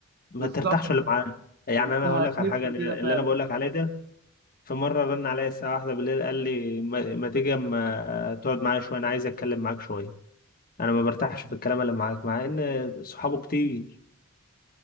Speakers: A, on the left; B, on the right.
A: ما
B: بالظبط
A: ترتاحش اللي معاه يعني
B: أنت
A: انا
B: هتلف
A: هقول لك على حاجه أنا-
B: كده فعلا
A: اللي انا بقول لك عليه ده في مرة رن عليا الساعة واحدة بالليل قال لي ما, ما تيجي اما تقعد معايا شوية أنا عايز أتكلم معاك شوية أنا ما برتاحش في الكلام اللي معاك مع إن صحابه كتير